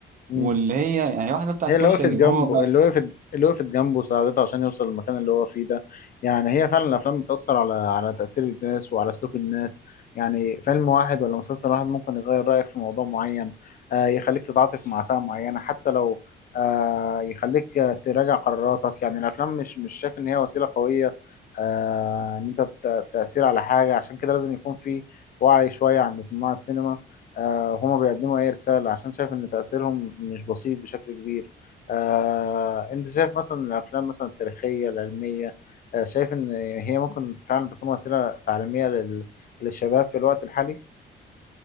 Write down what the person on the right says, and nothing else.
واللي هي يعني واحدة بتاعت
كشري
وهو